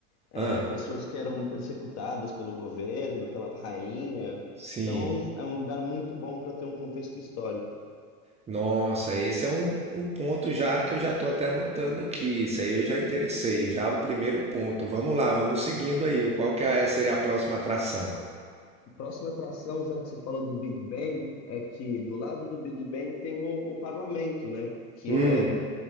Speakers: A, on the left; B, on the right.
A: é,
B: Ah,
A: pessoas que eram persecutadas pelo governo, pela rainha.
B: sim.
A: Então é um, é um lugar muito bom para ter um contexto histórico.
B: Nossa, esse é um, um ponto já que eu já tô até anotando aqui. Isso aí eu já interessei, já o primeiro ponto. Vamos lá, vamos seguindo aí. O Qual que é- seria a próxima atração?
A: A próxima atração, já que você falou do Big Ben, é que do lado do Big Ben tem o, o parlamento, né? Que
B: Hum,
A: é